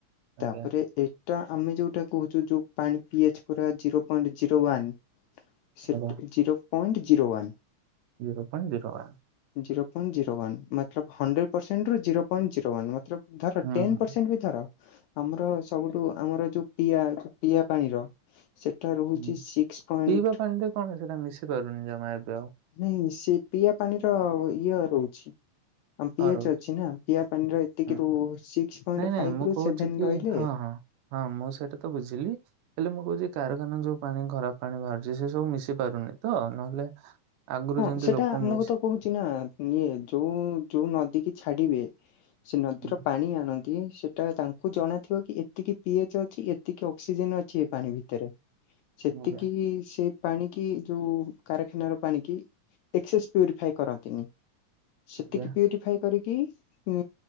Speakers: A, on the right; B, on the left.
A: ଆଜ୍ଞା
B: ତାପରେ ଏ ଟା ଆମେ ଯୋଉଟା କହୁଚୁ ଯଉ ପାଣି ପି ଏଚ୍ ପୁରା ଜିରୋ ପଏଣ୍ଟ ଜିରୋ ୱାନ୍। ସେଟ
A: ଆଜ୍ଞା
B: zero point zero one.
A: Zero point zero one.
B: Zero point zero one ମାତ୍ର ହଣ୍ଡ୍ରେଟ୍ ପରସେଣ୍ଟ ରୁ ଜିରୋ ପଏଣ୍ଟ ଯୋରୋ ୱାନ୍ ମାତ୍ର ଧର
A: ହୁଁ
B: ଟେନ
A: ହୁଁ।
B: ପରସେଣ୍ଟ ବି ଧର। ଆମର ସବୁଠୁ ଆମର ଯୋଉ ପିଆ ଯୋଉ ପିଆ ପାଣିର ସେଟା ରହୁଚି
A: ହୁଁ।
B: ସିକ୍ସ ପଏଣ୍ଟ
A: ପିଇବା ପାଣିରେ କଣ ସେଟା ମିଶି ପାରୁନି ଜମା ଏବେ ଆଉ
B: ନାଇଁ ସେଇ ପିଇବା ପାଣିର ଇଏ ରହୁଛି ଆମ ପି
A: ହଁ
B: ଏଚ୍
A: ରହୁଛି
B: ଅଛି ନା ପିଆ ପାଣିର ଏତିକି
A: ହୁଁ।
B: ରୁ ସିକ୍ସ ପଏଣ୍ଟ
A: ନାଇଁ ନାଇଁ
B: ଫାଇଭ
A: ମୁଁ
B: ରୁ
A: କହୁଛି
B: ସେଭନ
A: କି
B: ରହିଲେ
A: ହଁ ହଁ ହଁ ମୁଁ ସେଇଟା ତ ବୁଝିଲି ହେଲେ ମୁଁ କହୁଚି କାରଖାନା ଯୋଉ ପାଣି ଖରାପ ପାଣି ବାହାରୁଚି ସେ ସବୁ ମିଶି ପାରୁନି ତ ନହେଲେ ଆଗରୁ
B: ହଁ
A: ଯେମିତି
B: ସେଟା
A: ଲୋକ
B: ମୁମକୁ
A: ମିଶି
B: ତ କହୁଛି ନା ଇଏ ଯୋଉ ଯୋଉ ନ <unintelligible> ଛାଡିବେ ସେ ନଦୀର
A: ହୁଁ
B: ପାଣି ଆଣନ୍ ସେଟା ତାଙ୍କୁ ଜଣାଥିବ କି ଏତିକି ପି ଏଚ ଅଛି ଏତିକି ଅକ୍ସିଜେନ ଅଛି ଏ ପାଣି ଭିତରେ ସେତିକି
A: ଆଜ୍ଞା
B: ସେ ପାଣି କି ଯୋଉ କାରଖାନାର ପାଣି କି ଏକ୍ସସେ ପ୍ୟୁରିଫାଏ କରନ୍ତିନି ସେତିକି
A: ଆଜ୍ଞା।
B: ପ୍ୟୁରିଫଏ କରି କି ଉ